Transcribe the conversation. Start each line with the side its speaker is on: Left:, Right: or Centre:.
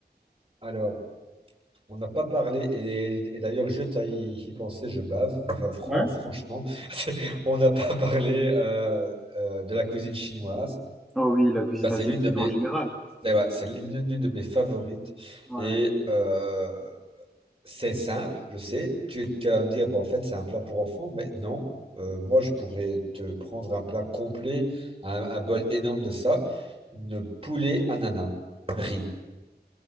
Right: Alors. On n'a pas parlé, et, et d'ailleurs, je t'ai y pensé, je bave. Enfin, franc,
Centre: Ouais.
Right: franchement, <laughs> c'est- on n'a pas parlé euh, euh, de la cuisine chinoise.
Centre: Oh oui, la cuisine
Right: Bah, c'est
Centre: asiatique
Right: l'une de mes,
Centre: en général.
Right: eh ouais, c'est l'une l'une de mes favorites.
Centre: Ouais.
Right: Et euh, c'est simple, je sais. Tu, tu vas me dire, bon, en fait, c'est un plat pour enfants, mais non. Euh, moi, je pourrais te prendre un plat complet, un, un bol énorme de ça, de poulet ananas, riz.